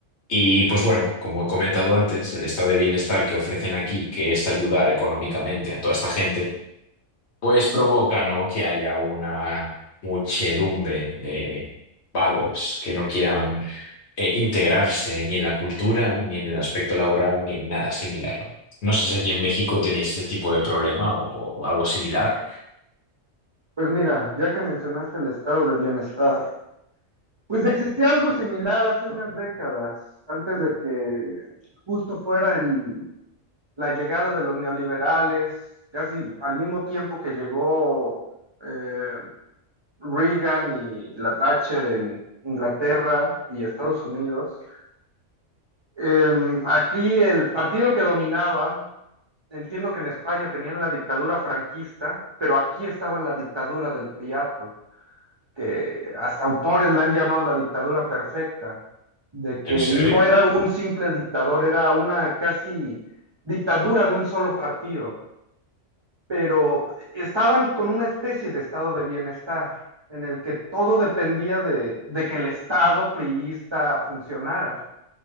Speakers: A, on the left; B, on the right.
A: Y pues bueno, como he comentado antes, el estado de bienestar que ofrecen aquí, que es ayudar económicamente a toda esta gente, pues provoca, ¿no? Que haya una muchedumbre de vagos que no quieran eh, integrarse ni en la cultura, ni en el aspecto laboral, ni en nada similar. No No sé si allí en México tenéis ese tipo de problema o, algo similar.
B: Pues mira, ya que mencionaste el estado de bienestar, pues existía algo similar hace unas décadas, antes de que justo fuera el la llegada de los neoliberales, casi al mismo tiempo que llegó eh, Reagan y la Thatcher en Inglaterra y Estados Unidos. Eh, aquí el partido que dominaba, entiendo que en España tenían la dictadura franquista, pero aquí estaba la dictadura del Priato, que hasta autores la han llamado la dictadura perfecta, de
A: ¿En
B: que
A: serio?
B: no era un simple dictador, era una casi dictadura de un solo partido pero estaban con una especie de estado de bienestar en el que todo dependía de, de que el estado priista funcionara.